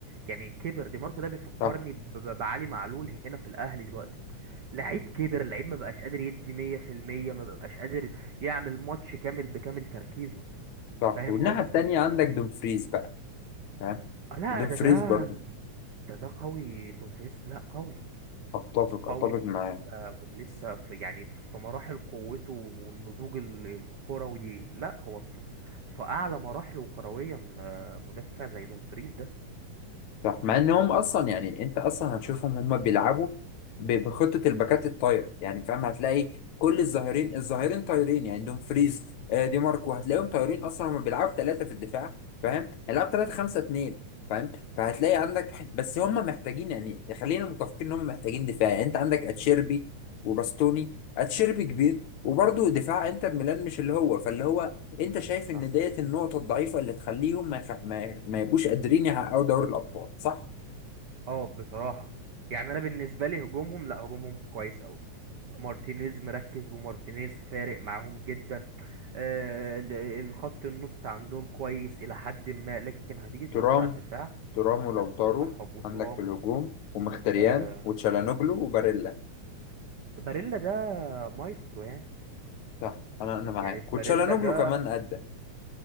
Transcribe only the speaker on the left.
صح
صح
والناحيه
التانيه عندك دومفريز بقى فاهم
دومفريز
برضه
اتفق
اتفق
معاه
صح مع انهم اصلا يعني انت اصلا هتشوفهم هم بيلعبوا ب- بخطه الباكات الطاير يعني فاهم هتلاقي كل الظاهرين الظاهرين طايرين يعني عندهم فريز آه، دي ماركو هتلاقيهم طايرين اصلا هم بيلعبوا ثلاثه في الدفاع فاهم
هيلعبوا ثلاثه خمسه اثنين فاهم فهتلاقي عندك بس هم محتاجين يعني خلينا متفقين ان هم محتاجين دفاع يعني انت عندك اتشيربي وباستوني اتشيربي كبير وبرضه دفاع انتر ميلان مش اللي هو فاللي هو انت شايف ان
ديت النقطه الضعيفه اللي تخليهم ما يخ... ما, ما يبقوش قادرين يحققوا دوري الابطال صح
ترام
ترام ولوتارو
عندك في الهجوم ومختريان
وتشالانوجلو وباريلا
صح انا انا معاك
وتشالانوجلو
كمان ادى